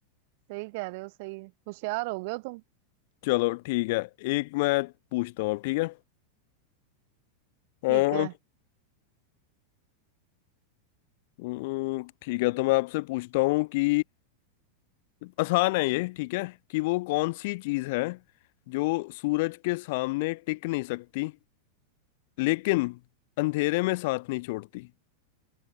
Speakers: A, on the right; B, on the left.
A: सही कह रहे हो सही है होशियार हो गए हो तुम
B: चलो ठीक है एक मैं पूछता हूँ अब ठीक है हाँ
A: ठीक है
B: हम्म, ठीक है तो मैं आपसे पूछता हूँ कि आसान है ये ठीक है कि वो कौन सी चीज़ है जो सूरज के सामने टिक नहीं सकती लेकिन अंधेरे में साथ नहीं छोड़ती